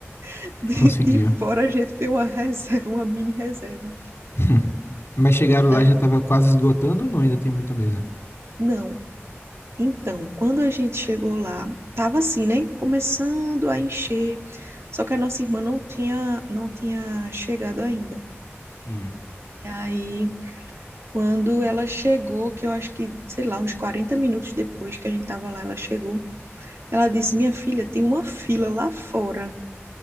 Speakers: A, on the right (about 65°); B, on the left (about 60°).
A: <laughs> De,
B: Conseguiu.
A: de fora a gente fez uma reserva, uma mini reserva.
B: <laughs> Hum. Mas chegaram lá
A: Ah,
B: já tava quase esgotando ou não? Ainda tinha muita mesa?
A: não, Então, quando a gente chegou lá, tava assim, né? Começando a encher. Só que a nossa irmã não tinha, não tinha chegado ainda.
B: Hum.
A: E aí, quando ela chegou, que eu acho que, sei lá, uns 40 minutos depois que a gente tava lá, ela chegou. Ela disse: Minha filha, tem uma fila lá fora